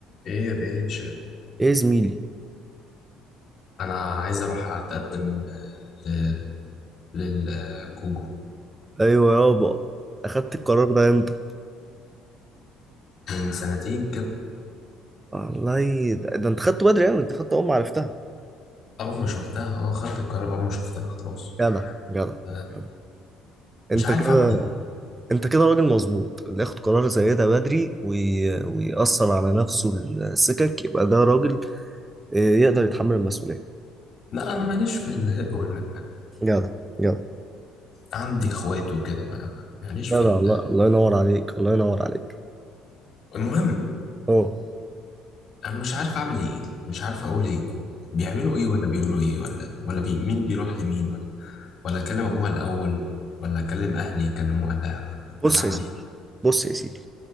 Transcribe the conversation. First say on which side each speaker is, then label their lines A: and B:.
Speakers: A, on the left (about 55°); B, on the right (about 20°).
A: ايه يا باشا
B: ايه يا زميلي
A: انا عايز اروح اتقدم ل- للجوجو
B: ايوه يابا اخدت القرار ده امتى
A: من سنتين كده
B: والله ده, ده انت خدته بدري يعني انت خدته اول ما عرفتها
A: اول ما شفتها اه خدت القرار اول ما شفتها خلاص
B: جدع جدع
A: آه،
B: جدع. انت
A: مش عارف
B: كده
A: اعمل ايه
B: انت كده راجل مظبوط اللي ياخد قرار زي ده بدري وي... ويأثر على نفسه السكك يبقى ده راجل آه، يقدر يتحمل المسؤولية
A: لا انا ماليش في الهق والمق
B: جدع جدع
A: عندي اخوات وكده ما ما- ماليش في
B: جدع
A: ال...
B: الله الله ينور عليك الله ينور عليك
A: المهم
B: اه
A: انا مش عارف اعمل ايه مش عارف اقول ايه بيعملوا ايه ولا بيقولوا ايه ولا ولا بي... مين بيروح لمين ولا ولا اكلم ابوها الاول ولا اكلم اهلي يكلموا اهلها ولا ولا
B: بص
A: اعمل
B: يا سيدي
A: ايه
B: بص يا سيدي